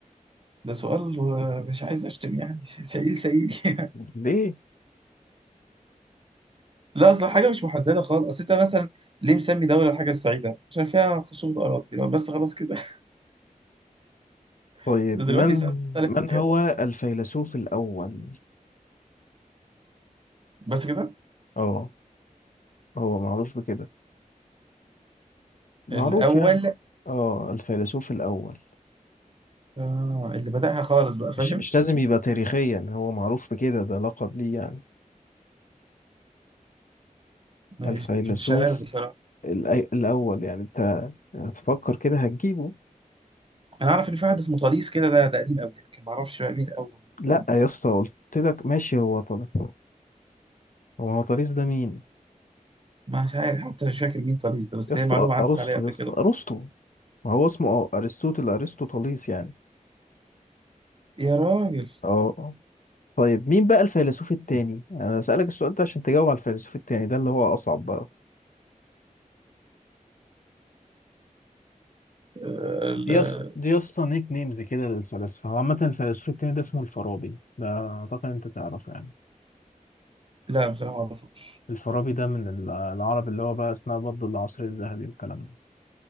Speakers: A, on the right; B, on the left.
A: ده سؤال آه، مش عايز أشتم يعني <laughs> سئيل سئيل يعني.
B: ليه؟
A: <laughs> لا أصل حاجة مش محددة خالص أصل أنت مثلا ليه مسمي دولة الحاجة السعيدة؟ عشان فيها خصوبة أراضي يبقى بس خلاص كده <laughs>
B: طيب
A: ده دلوقتي
B: من
A: الساعة اتختلفت
B: من
A: كده
B: هو الفيلسوف الأول؟
A: بس كده
B: اه هو معروف بكده معروف
A: الأول
B: يعني اه الفيلسوف الأول
A: آه اللي بدأها خالص بقى فاهم؟
B: مش مش لازم يبقى تاريخيا هو معروف بكده ده لقب ليه يعني
A: مش
B: الفيلسوف
A: مش عارف بصراحة
B: الأي- الأول يعني أنت هتفكر كده هتجيبه
A: انا اعرف ان في واحد اسمه طليس كده ده ده قديم قوي لكن ما اعرفش بقى مين الاول الكلام
B: لأ يا اسطى قلت لك ماشي هو طلع هو هو طريس ده مين؟
A: مش عارف حتى مش فاكر مين طليس ده بس
B: يا اسطى
A: هي معلومه عدت
B: أرسطو
A: عليا قبل
B: يا اسطى
A: كده
B: أرسطو ما هو اسمه اه ارسطوطل ارسطوطاليس يعني
A: يا راجل
B: اه آه. طيب مين بقى الفيلسوف التاني انا بسألك السؤال ده عشان تجاوب على الفيلسوف التاني ده اللي هو اصعب بقى
A: آه،
B: دي
A: لا
B: يص... دي يا اسطى نيك نيمز كده للفلاسفة هو عامة الفيلسوف التاني ده اسمه الفارابي ده أعتقد أنت تعرفه يعني
A: لا بصراحه ما اعرفوش
B: الفارابي ده من ال- العرب اللي هو بقى أثناء برضه العصر الذهبي والكلام ده